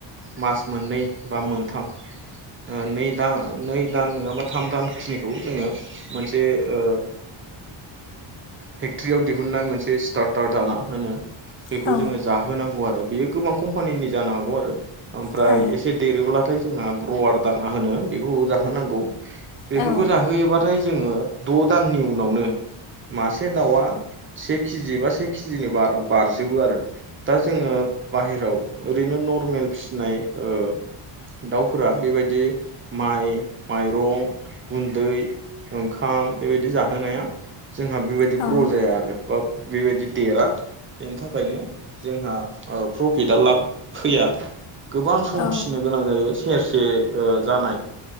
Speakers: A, on the right; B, on the left.
A: मास मोननै बा मोनथाम ओ नै दा नै दान नङाबा थाम दानखिनिखो जोङो मोनसे ओ फेक्ट्रियाव दिहुननाय मोनसे स्टार्टार दाना होनो बेखौ
B: औ
A: जोङो जाहोनांगौ आरो बेयो गोबां कम्पानिनि जानो हागौ आरो। ओमफ्राय
B: औ
A: एसे देरोब्ला थाय जोंहा ग्रवार दाना होनो बेखौ जोनांगौ बेफोरखौ
B: औ
A: जाहोयोबाथाय जोङो द' दाननि उनावनो मासे दाउआ से केजि बा से केजिनि बार- बारजोबो आरो। दा जोङो बाहेराव ओरैनो नर्मेल फिसिनाय ओ दाउफोरा बेबायदि माइ माइरं गुन्दै ओंखाम बेबायदि जाहोनाया जोंहा बेबायदि
B: औ
A: ग्र' जाया आरो <unintelligible> बेबायदि देरा बेनि थाखायनो जोंहा ओ प्रफिटआ लाब फैया गोबां सम
B: औ
A: फिसिनो गोनां जायो सेरसे ओ जानाय